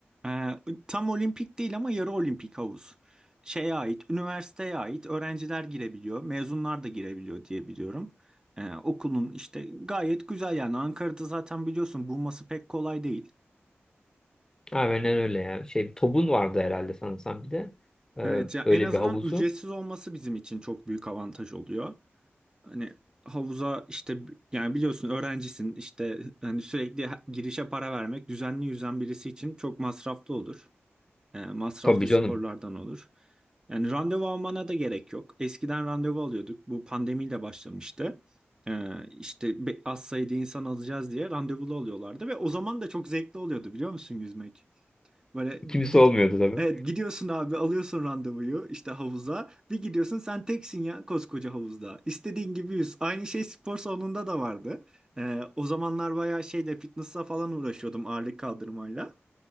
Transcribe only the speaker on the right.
E, tam olimpik değil ama yarı olimpik havuz. Şeye ait, üniversiteye ait öğrenciler girebiliyor, mezunlar da girebiliyor diye biliyorum. E, okulun işte gayet güzel yani Ankara'da zaten biliyorsun bulması pek kolay değil.
Evet ya
en azından
ücretsiz olması bizim için çok büyük avantaj oluyor. Hani havuza işte yani biliyorsun öğrencisin işte hani sürekli ha- girişe para vermek düzenli yüzen birisi için çok masraflı olur. E, masraflı
sporlardan olur. Yani randevu almana da gerek yok. Eskiden randevu alıyorduk. Bu pandemiyle başlamıştı. E, işte be- az sayıda insan alacağız diye randevulu alıyorlardı ve o zaman da çok zevkli oluyordu biliyor musun yüzmek? Böyle
gid
Evet gidiyorsun abi alıyorsun randevuyu işte havuza. Bir gidiyorsun sen teksin ya koskoca havuzda. İstediğin gibi yüz. Aynı şey spor salonunda da vardı. Ee, o zamanlar bayağı şeyle fitness'a falan uğraşıyordum ağırlık kaldırmayla.